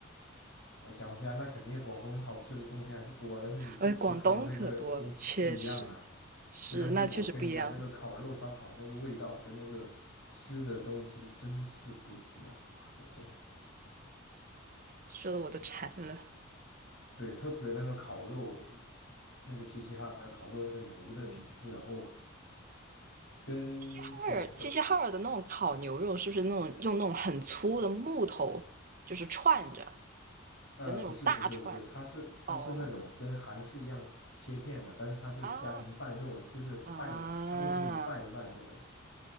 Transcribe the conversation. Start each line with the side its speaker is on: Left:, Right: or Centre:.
Left: 哎想一下，那肯定广东好吃的东西还是多，但是你去吃他们那个东西不一样啊。
Right: 呃，广东可多了，确实是，
Left: 对，但是我跟你讲，
Right: 那确实不一样。
Left: 那个烤肉烧烤那个味道跟那个吃的东西真是不一样，我的天！
Right: 说的我都馋了。
Left: 对，特别那个烤肉，那个齐齐哈尔烤肉那个牛的品质啊哦，
Right: 嗯，
Left: 跟广东
Right: 哈尔齐齐哈尔的那种烤牛肉，是不是那种用那种很粗的木头，就是串着
Left: 呃不是不是不是，
Right: 的那种大串？
Left: 它是它是那种跟韩式一样切片的，
Right: 哦
Left: 但是它是家庭拌肉，
Right: 啊
Left: 就是拌，
Right: 啊！
Left: 它会给你拌一拌那种，